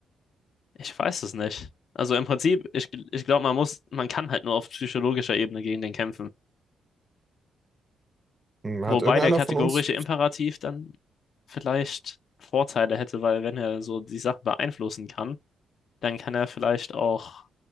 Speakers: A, on the left; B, on the right.
A: Ich weiß es nicht. Also im Prinzip, ich, ich glaube, man muss, man kann halt nur auf psychologischer Ebene gegen den kämpfen.
B: Hm, Hat
A: Wobei
B: irgendeiner
A: der kategorische
B: von uns,
A: Imperativ dann vielleicht Vorteile hätte, weil wenn er so die Sachen beeinflussen kann, dann kann er vielleicht auch,